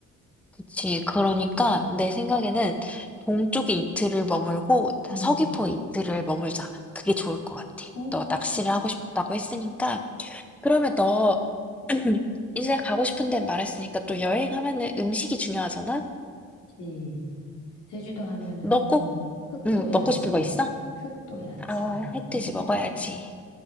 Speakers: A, in the centre; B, on the left.
A: 그치. 그러니까
B: 음,
A: 내 생각에는 동쪽에 이틀을 머물고
B: 음.
A: 서귀포에 이틀을 머물자. 그게 좋을 것 같아.
B: 어,
A: 너 낚시를 하고 싶다고 했으니까. 그러면 너 <clears throat> 이제 가고 싶은 데 말했으니까 또 여행하면은 음식이 중요하잖아?
B: 그렇지. 제주도 하면은
A: 너 꼭,
B: 흑도야지,
A: 응, 먹고 싶은 거 있어?
B: 흑도야지.
A: 아, 흑돼지
B: <laughs>
A: 먹어야지.